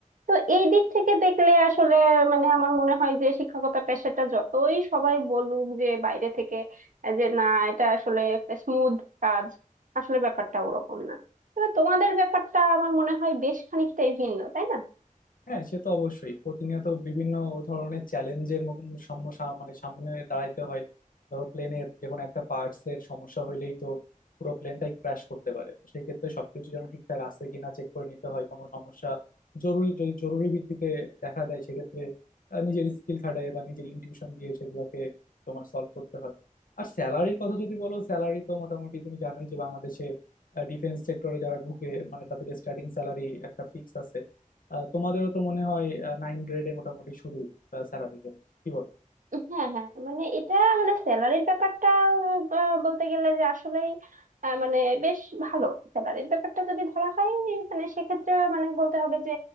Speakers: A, on the right (about 70°); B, on the left (about 80°).
A: তো এই দিক থেকে দেখলে আসলে মানে আমার মনে হয় যে শিক্ষকতা পেশাটা যতই সবাই বলুক যে বাইরে থেকে আহ, যে না এটা আসলে একটা স্মুথ কাজ আসলে ব্যাপারটা ওরকম না তবে তোমাদের ব্যাপারটা আমার মনে হয় বেশ খানিকটাই ভিন্ন তাই না
B: হ্যাঁ সে তো অবশ্যই প্রতিনিয়ত বিভিন্ন ধরনের চ্যালেঞ্জের মানে সামনে দাঁড়াইতে হয় ধরো প্লেনের যে কোনো একটা পার্টস এর সমস্যা হইলেই তো পুরো প্লেনটাই ক্র্যাশ করতে পারে তো সেই ক্ষেত্রে সবকিছু যেন ঠিকঠাক আছে কিনা চেক করে নিতে হয় কোনো সমস্যা জরুরি যদি জরুরি ভিত্তিতে দেখা যায় সেক্ষেত্রে আহ, নিজের স্কিল খাটায় বা নিজের ইনটিউশন দিয়ে সেগুলোকে তোমার সলভ করতে হয় আর স্যালারির কথা যদি বলো স্যালারি তো মোটামুটি তুমি জানোই যে বাংলাদেশে ডিফেন্স সেক্টরে যারা ঢুকে মানে তাদের স্টার্টিং স্যালারি একটা ফিক্স আছে আহ, তোমাদেরও তো মনে হয় নাইন গ্রেডে মোটামুটি শুরু স্যালারি রেঞ্জ কি বল
A: হ্যাঁ হ্যাঁ মানে এটা মানে স্যালারির ব্যাপারটা আহ, বলতে গেলে যে আসলেই আহ, মানে বেশ ভালো স্যালারির ব্যাপারটা যদি ধরা হয় মানে সেক্ষেত্রে মানে বলতে হবে যে